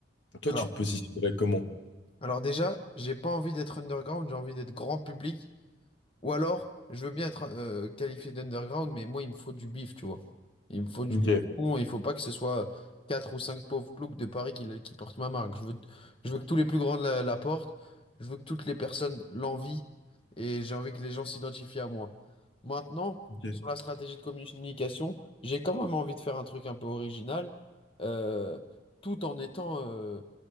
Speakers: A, on the left; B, on the left.
A: Toi,
B: Alors,
A: tu te positionnerais comment?
B: alors déjà, j'ai pas envie d'être underground, j'ai envie d'être grand public Ou alors, je veux bien être euh, qualifié d'underground, mais moi, il me faut du bif, tu vois. Il me faut du
A: Ok,
B: bif bon, il faut pas que ce soit quatre ou cinq pauvres ploucs de Paris qui, qui portent ma marque. Je veux, je veux que tous les plus grands la, la portent, je veux que toutes les personnes l'envient, et j'ai envie que les gens s'identifient à moi. Maintenant,
A: Ok.
B: sur la stratégie de communication, j'ai quand même envie de faire un truc un peu original, euh, tout en étant euh,